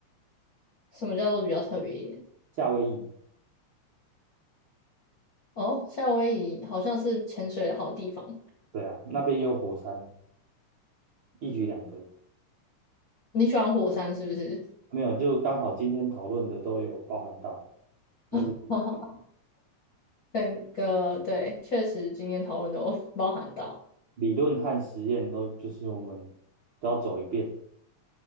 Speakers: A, on the left; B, on the right.
A: 什么叫做比较特别一点？
B: 夏威夷。
A: 哦，夏威夷好像是潜水的好地方。
B: 对啊，那边也有火山，一举两得。
A: 你喜欢火山是不是？
B: 没有，就刚好今天讨论的都有包含到，就是。
A: <laughs> 整个对，确实今天讨论都 <laughs> 包含到。
B: 理论和实验都就是我们都要走一遍。